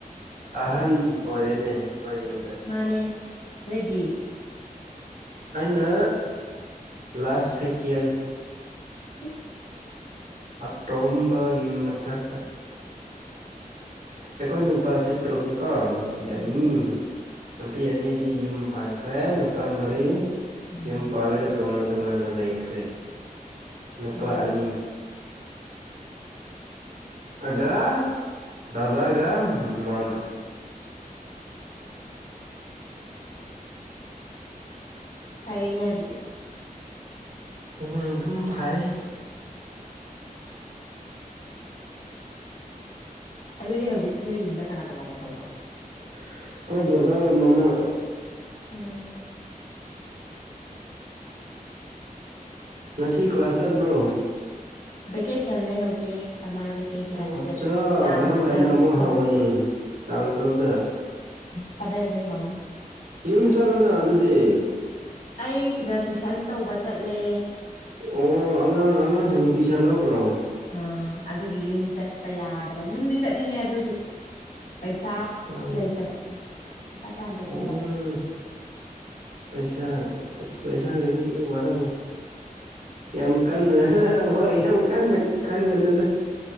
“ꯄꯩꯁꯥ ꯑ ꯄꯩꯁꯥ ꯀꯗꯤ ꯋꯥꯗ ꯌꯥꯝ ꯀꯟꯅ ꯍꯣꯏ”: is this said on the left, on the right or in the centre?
Right